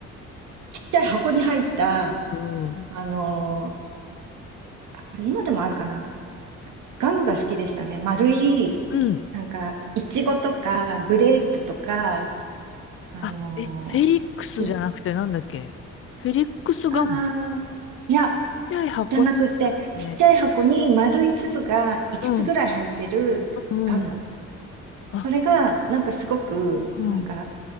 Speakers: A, on the right (about 75°); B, on the left (about 45°).
A: ちっちゃい箱に入った、
B: うん。
A: あのーあ、これ今でもあるかな。ガムが好きでしたね。丸い、
B: うん。
A: なんか、いちごとか、グレープとか、あの
B: あ、え、フェリックスじゃなくてなんだっけフェリックスガム。
A: ーああいや、
B: ちっちゃい箱にあ
A: じゃなくて、
B: って。
A: ちっちゃい箱に丸い粒が5つつぐらい入ってるガム。
B: うん、うん、うん。あ、
A: それが、なんかすごく、
B: うん、
A: なんか、